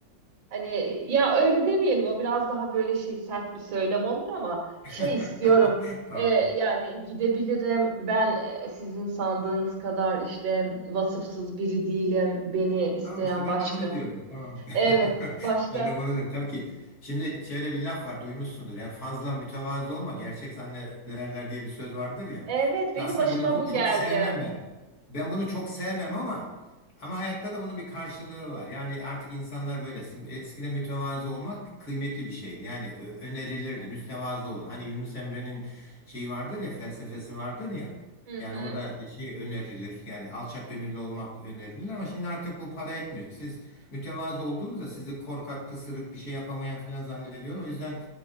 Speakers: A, on the right; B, on the left.
A: Hani ya öyle demeyelim o biraz daha böyle şey sert bir söylem olur ama
B: <laughs>
A: şey istiyorum.
B: Tamam.
A: E, yani gidebilirim ben e, sizin sandığınız kadar işte vasıfsız biri değilim. Beni isteyen
B: Tamam işte ben
A: başka.
B: de bunu diyorum. Tamam.
A: Evet
B: <laughs>
A: başka.
B: Ben de bunu diyorum. Tabii ki şimdi şöyle bir laf var duymuşsundur. Yani fazla mütevazı olma gerçek zannederler diye bir söz vardır ya.
A: Evet benim
B: Ve aslında
A: başıma
B: bu lafı
A: bu
B: çok
A: geldi.
B: sevmem ben. Ben bunu çok sevmem ama ama hayatta da bunun bir karşılığı var. Yani artık insanlar böylesin. Eskiden mütevazı olmak kıymetli bir şeydi. Yani ö- önerilirdi. Mütevazı olun. Hani Yunus Emre'nin şeyi vardır ya felsefesi vardır ya.
A: Hı
B: Yani
A: hı.
B: orada şey önerilir. Yani alçak gönüllü olmak önerilir ama şimdi artık bu para etmiyor. Siz mütevazı olduğunuzda sizi korkak, pısırık, bir şey yapamayan filan zannediyor. O yüzden